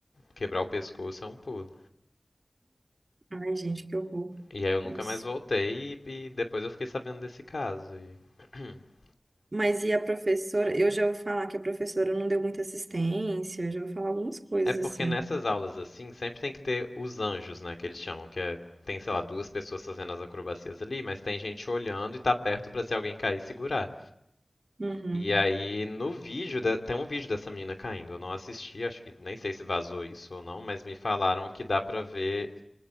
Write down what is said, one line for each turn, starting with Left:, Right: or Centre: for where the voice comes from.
Left: quebrar o pescoço é um pulo.
Right: Ai, gente, que horror.
Left: E aí eu nunca
Right: Nossa.
Left: mais voltei e, e depois eu fiquei sabendo desse caso. E... <clears throat>
Right: Mas e a professora? Eu já ouvi falar que a professora não deu muita assistência, eu já ouvi falar algumas coisas
Left: É porque
Right: assim.
Left: nessas aulas assim, sempre tem que ter os anjos, né, que eles chamam, que é tem, sei lá, duas pessoas fazendo as acrobacias ali, mas tem gente olhando e tá perto pra se alguém cair e segurar.
Right: Uhum,
Left: E aí, no vídeo, da- tem um vídeo dessa menina caindo. Eu não assisti, acho que nem sei se vazou isso ou não, mas me falaram que dá pra ver